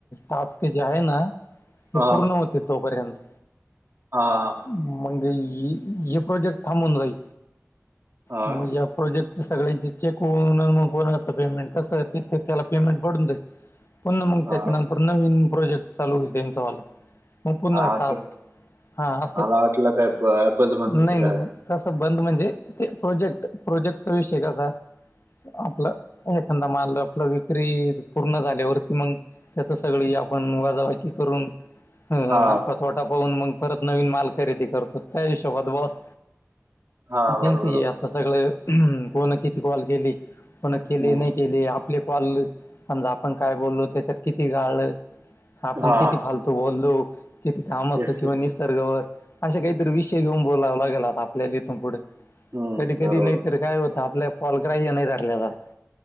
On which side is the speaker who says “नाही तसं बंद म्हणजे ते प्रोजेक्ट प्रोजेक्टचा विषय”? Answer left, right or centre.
Left